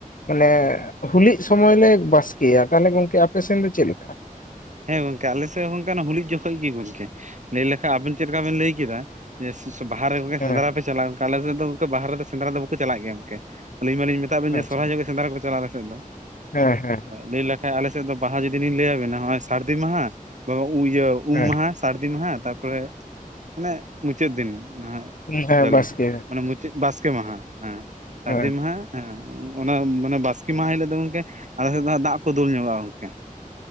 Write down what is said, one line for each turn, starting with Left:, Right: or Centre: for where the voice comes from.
Left: ᱢᱟᱱᱮ
Right: ᱜᱚᱝᱠᱮ
Left: ᱦᱩᱞᱤᱜ ᱥᱚᱢᱚᱭ ᱞᱮ ᱵᱟᱥᱠᱮᱭᱟ ᱛᱟᱦᱚᱞᱮ ᱜᱚᱝᱠᱮ ᱟᱯᱮᱥᱮᱱ ᱫᱚ ᱪᱮᱫ ᱞᱮᱠᱟ?
Right: ᱦᱮᱸ ᱜᱚᱝᱠᱮ ᱟᱞᱮ ᱥᱮᱫ ᱦᱚᱸ ᱦᱚᱞᱤᱜ ᱡᱚᱠᱷᱚᱱ ᱜᱮ ᱜᱚᱝᱠᱮ ᱞᱟᱹᱭ ᱞᱮᱠᱷᱟᱱ ᱟᱵᱮᱱ ᱪᱮᱫᱠᱟ ᱵᱮᱱ ᱞᱟᱹᱭ ᱠᱮᱫᱟ ᱡᱮ ᱵᱟᱦᱟ ᱨᱮᱜᱮ
Left: ᱦᱮᱸ
Right: ᱥᱮᱸᱫᱽᱨᱟ ᱯᱮ ᱪᱟᱞᱟᱜ ᱟᱞᱮ ᱨᱮᱫ ᱫᱚ ᱜᱚᱝᱠᱮ ᱵᱟᱦᱟ ᱨᱮ ᱫᱚ ᱥᱮᱫᱽᱨᱟ ᱫᱚ ᱵᱟᱠᱚ ᱪᱟᱞᱟᱜ ᱜᱮᱭᱟ ᱜᱚᱝᱠᱮ ᱟᱹᱞᱤᱧ ᱢᱟᱞᱤᱧ ᱢᱮᱱ ᱢᱮᱛᱟᱜ ᱵᱮᱱ ᱡᱮ
Left: ᱟᱪᱪᱷᱟ
Right: ᱥᱚᱨᱦᱟᱭ ᱡᱚᱠᱷᱮᱡ ᱥᱮᱸᱫᱽᱟ ᱠᱚ ᱪᱟᱞᱟᱜᱼᱟ ᱟᱞᱮᱥᱮᱜ ᱫᱚ
Left: ᱦᱮᱸ ᱦᱮᱸ
Right: ᱞᱟᱹᱭ ᱞᱮ ᱠᱷᱟᱡ ᱟᱞᱮᱥᱮᱜ ᱫᱚ ᱵᱟᱦᱟ ᱡᱩᱫᱤ ᱞᱤᱧ ᱞᱟᱮᱭᱟᱵᱮᱱᱟ ᱦᱚᱜᱼᱚᱭ ᱥᱟᱹᱨᱫᱤ ᱢᱟᱦᱟ ᱵᱟ ᱩᱸᱤᱭᱟᱹ ᱩᱢ
Left: ᱦᱮᱸ
Right: ᱢᱟᱦᱟ ᱥᱟᱹᱨᱫᱤ ᱢᱟᱦᱟ ᱛᱟᱨᱯᱚᱨᱮ ᱢᱟᱱᱮ ᱢᱩᱪᱟᱹᱫ ᱫᱤᱱ <unintelligible>
Left: ᱦᱮᱸ
Right: ᱡᱟᱞᱮ
Left: ᱵᱟᱥᱠᱮ
Right: ᱢᱟᱱᱮ ᱢᱩᱪᱟᱹᱜ ᱵᱟᱥᱠᱮ ᱢᱟᱦᱟ ᱦᱮᱸ ᱥᱟᱹᱨᱫᱤ
Left: ᱦᱮᱸ
Right: ᱢᱟᱦᱟ ᱦᱮᱸ ᱚᱱᱟ ᱢᱟᱱᱮ ᱵᱟᱥᱠᱮ ᱢᱟᱦᱟ ᱦᱤᱞᱳᱜ ᱫᱚ ᱜᱚᱝᱠᱮ ᱟᱞᱮ ᱥᱮᱜ ᱫᱚ ᱫᱟᱜ ᱠᱚ ᱫᱩᱞ ᱧᱚᱜᱚᱜᱼᱟ ᱜᱚᱝᱠᱮ᱾